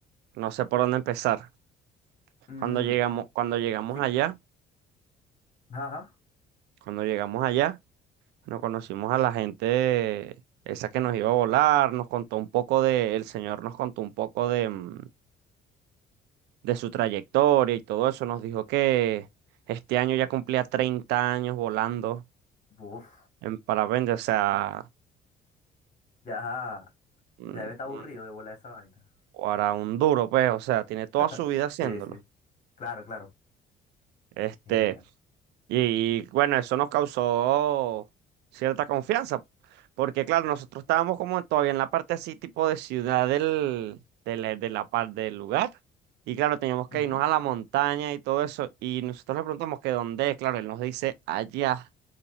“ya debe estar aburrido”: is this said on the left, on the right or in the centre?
Left